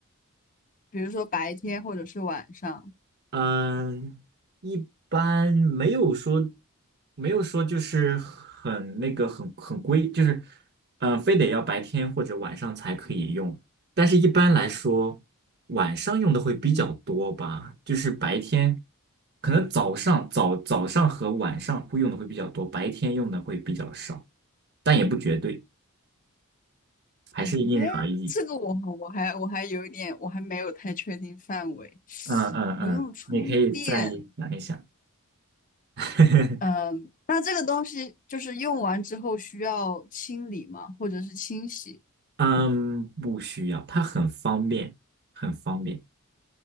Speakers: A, on the left; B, on the right.
A: 比如说白天或者是晚上。
B: 嗯，一般没有说，没有说就是很那个很很规，就是嗯、呃非得要白天或者晚上才可以用。但是一般来说，晚上用的会比较多吧，就是白天可能早上早早上和晚上会用的会比较多，白天用的会比较少，但也不绝对，还是因人而异。
A: 哎，这个我我还我还有一点，我还没有太确定范围。
B: 嗯嗯嗯，
A: 不用充电，
B: 你可以再想一想。<laughs>
A: 嗯，那这个东西就是用完之后需要清理吗？或者是清洗？
B: 嗯，不需要，它很方便，很方便，